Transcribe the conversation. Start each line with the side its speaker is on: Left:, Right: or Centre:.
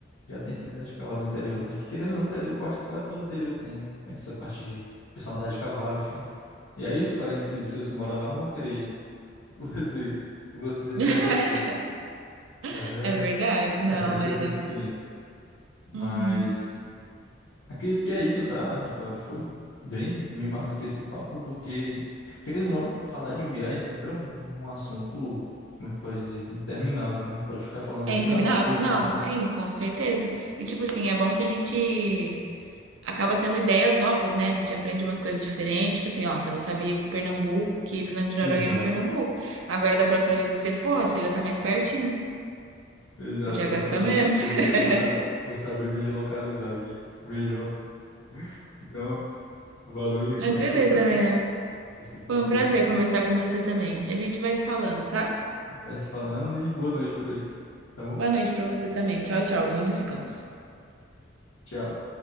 Left: Já tentei andar de cavalo no interior, né? Que querendo ou não, interior, eu acho que quase todo interior tem, né? Essa parte de pessoal andar de cavalo, enfim. E aí os parentes seus que moram lá vão querer <laughs> que você, que você
Right: <laughs>
Left: teste as coisas. É,
Right: É verdade, não,
Left: é sempre
Right: é,
Left: essa
Right: deve
Left: experiência.
Right: ser.
Left: Mas.
Right: Uhum.
Left: Acredito que é isso, tá, Nicole? Foi bem, bem massa aqui esse papo, porque, querendo ou não, falar de viagem sempre é um, um assunto, como é que pode dizer, interminável, né? A gente pode ficar falando
Right: É
Left: aqui,
Right: interminável?
Left: ah, eu queria ir
Right: Não,
Left: pra tal.
Right: sim, com certeza. E tipo assim, é bom que a gente acaba tendo ideias novas, né? A gente aprende umas coisas diferentes. Tipo assim, ó, você não sabia que Pernambuco, que Fernando de Noronha
Left: Exato,
Right: era em Pernambuco. Agora, da próxima vez que você for, ó, você já tá mais pertinho.
Left: exato.
Right: Já gasta
Left: Eu vou saber
Right: menos.
Left: que, eu
Right: <laughs>
Left: vou, eu vou saber, vou saber me localizar aqui melhor. Então, valeu, Nicole.
Right: Mas beleza,
Left: Foi um prazer
Right: Rayan.
Left: tá? esse papo
Right: Foi um prazer
Left: aí contigo.
Right: conversar com você também. A gente vai se falando, tá?
Left: A gente vai se falando e boa noite por aí, tá bom?
Right: Boa noite pra você também. Tchau, tchau. Bom descanso.
Left: Tchau.